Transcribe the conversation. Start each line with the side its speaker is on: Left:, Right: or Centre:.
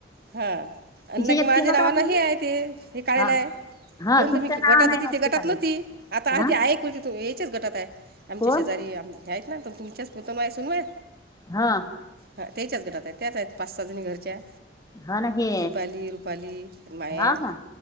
Right: हा. आणि
Left: तिच्या
Right: लगे
Left: याच्यात
Right: माझ्या
Left: केला होता
Right: नावानं
Left: का तुम्ही
Right: हे आहे ते, हे कायला
Left: हा
Right: हाय.
Left: हा
Right: कोण
Left: तुमच्या
Right: तुम्ही
Left: नावानं
Right: गटात होती
Left: आहे वाटते
Right: ती गटात
Left: काही
Right: नव्हती. आता
Left: हा
Right: ती आहे याच्याच गटात हाय. आमच्या
Left: कोण
Right: शेजारी आहेत ना तुमच्याच पुतण्या सुनबाई
Left: हा.
Right: हा तेच्याच गटात हाय. त्याच आहेत पाच सहा जणी घरच्या
Left: हा ना हे
Right: दीपाली, रुपाली, माया
Left: हा का